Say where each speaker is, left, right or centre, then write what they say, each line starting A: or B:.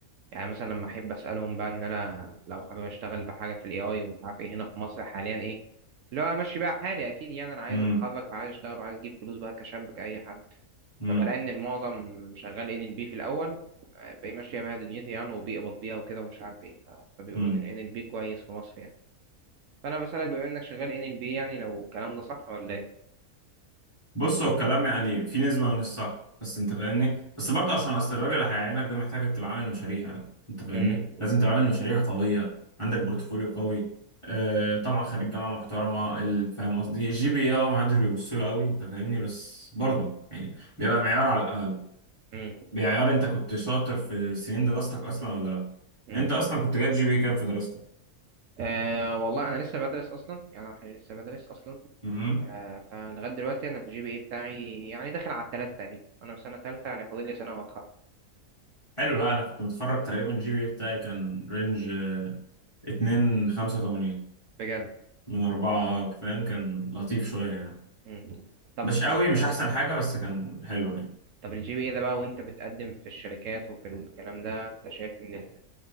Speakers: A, on the right (about 65°); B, on the left (about 20°).
A: يعني مثلا لما احب اسالهم بقى ان انا لو حابب اشتغل بحاجه في الاي اي ومش عارف ايه هنا في مصر حاليا ايه اللي هو امشي بقى حالي اكيد يعني انا عايز
B: امم
A: اتخرج وعايز اشتغل وعايز اجيب فلوس بقى كشاب كاي حد
B: امم
A: فبلاقي ان المعظم شغال ان ال بي في الاول آه، باقي ماشيه بيها دنيتي يعني وبيقبض بيها وكده ومش عارف ايه ف- فبيقولوا
B: امم
A: ان ان ال NLP كويس في مصر يعني فانا بسالك بما انك شغال ان ال بي يعني لو الكلام ده صح ولا ايه
B: بص هو الكلام يعني في نسبه من الصح بس انت فاهمني بس برضه عشان اصل الراجل اللي هيعينك ده محتاجك تبقى عامل مشاريع انت فاهمني
A: امم
B: لازم تبقى عامل مشاريع قويه عندك بورتفوليو قوي آه طبعا خريج جامعه محترمه ال- فاهم قصدي الجي بي اه ما حدش بيبص له قوي انت فاهمني بس برضه يعني بيبقى معيار على الاقل
A: امم
B: بيعيار انت كنت شاطر في سنين دراستك اصلا ولا لا
A: امم
B: انت اصلا كنت جايب جي بي كام في دراستك
A: آه والله انا لسه بدرس اصلا يعني انا لسه بدرس اصلا
B: مم.
A: آه فلغايه دلوقتي انا الجي بي اي بتاعي يعني داخل على التلاته تقريبا انا في سنه تالته يعني فاضل لي سنه وهتخرج
B: حلو لا انا كنت متخرج تقريبا الجي بي اي بتاعي كان رينج اتنين خمسة وتمانين
A: بجد
B: من أربعة فاهم كان لطيف شوية يعني
A: امم طب
B: مش قوي
A: انت
B: مش أحسن حاجة بس كان حلو يعني
A: طب الجي بي اي ده بقى وانت بتقدم في الشركات وفي الكلام ده انت شايف ان